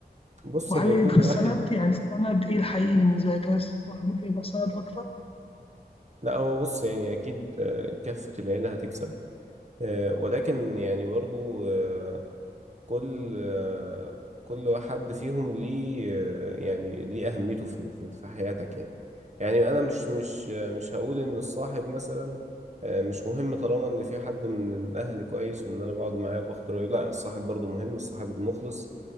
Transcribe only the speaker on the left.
وهل
أنت
السند
يعني السند إيه الحقيقي بالنسبة لك؟ هل الصاحب ممكن يبقى سند أكتر؟